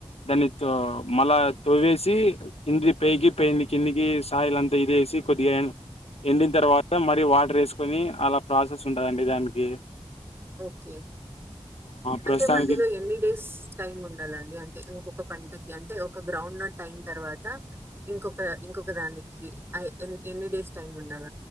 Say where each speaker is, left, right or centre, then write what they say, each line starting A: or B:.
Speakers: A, on the left (about 70°); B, on the right (about 20°).
A: దాన్ని తో మళ్ళా తొగేసి కింది పేకి పేన్ ది కిందికి సాయిలంత ఇదేసి కొద్దిగా ఎండిన్ తర్వాత మరీ వాట్రేసుకొని అలా ప్రాసెసుంటదండి దాన్. ఏ
B: ఓకే
A: ప్రస్తుతానికి
B: అంటె మధ్యలో ఎన్ని డేస్ టైముండల్లండి అంటే ఇంకొక పంట. గంటె ఒక గ్రౌండ్ నట్ ఐన్ తర్వాత ఇంకొక ఇంకొక దానికి ఐ ఎ ఎన్ని డేస్ టైమ్ ఉండాల.